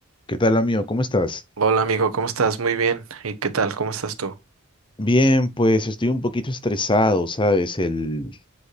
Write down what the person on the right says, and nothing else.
Hola amigo, ¿cómo estás? Muy bien. ¿Y qué tal? ¿Cómo estás tú?